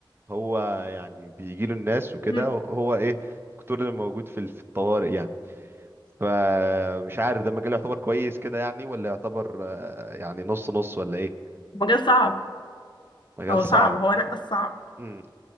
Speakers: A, on the right (about 25°); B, on the left (about 60°).
A: هو يعني بيجي له الناس وكده
B: مم.
A: هو ايه الدكتور اللي موجود في ال- في الطوارئ يعني فمش عارف ده مجال يعتبر كويس كده يعني ولا يعتبر آه، يعني نص نص ولا ايه
B: مجال صعب
A: مجال
B: هو
A: صعب
B: صعب هو نقص صعب
A: امم